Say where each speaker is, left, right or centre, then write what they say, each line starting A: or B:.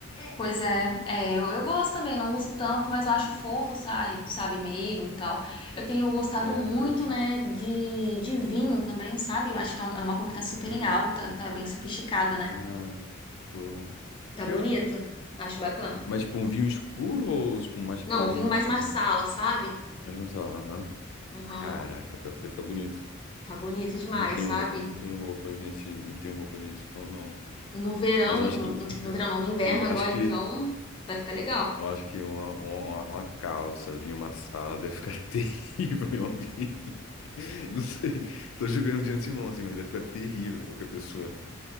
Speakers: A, on the left; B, on the left.
A: pois é, é, eu, eu gosto também, não uso tanto, mas eu acho fofo, sabe, sabe, meigo e tal. Eu tenho gostado
B: É,
A: muito,
B: pior que sim.
A: né, de, de vinho também, sabe? Eu acho que tá um- é uma cor que tá super
B: Vinho.
A: em alta, tá bem sofisticada, né?
B: Ah, show.
A: Tá
B: Pior
A: bonita.
B: que.
A: Acho bacana.
B: Mas, tipo, um vinho escuro ou, tipo, um mais
A: Não,
B: clarinho,
A: o vinho mais
B: assim?
A: Marsala, sabe?
B: Mais mensal, aham.
A: Uhum.
B: Caraca, pior que deve ficar bonito.
A: Tá bonito demais,
B: Não tenho,
A: sabe?
B: não tenho roupas nesse, não tenho roupas nesse tom, não.
A: No verão,
B: Mas eu acho
A: no,
B: que,
A: no-
B: <laughs>
A: verão não, no inverno
B: eu
A: agora,
B: acho que
A: então vai ficar legal.
B: Eu acho que uma, uma, uma calça vir em uma sala deve ficar <laughs> terrível em alguém. Não sei, tô julgando de antemão, assim, mas deve ficar terrível em qualquer pessoa.